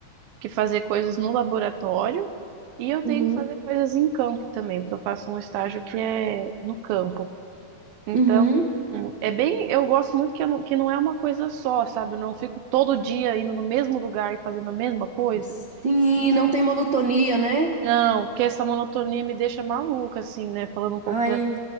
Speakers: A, on the right; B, on the right.
A: que fazer coisas no laboratório e eu tenho
B: uhum,
A: que fazer coisas em campo também, porque eu faço um estágio que é no campo. Então,
B: uhum.
A: é bem, eu gosto muito que, eu não- que não é uma coisa só, sabe? Eu não fico todo dia indo no mesmo lugar e fazendo a mesma coisa.
B: Sim,
A: Isso
B: não tem monotonia, né?
A: não, porque essa monotonia me deixa maluca, assim, né? Falando um pouco
B: Ai,
A: da.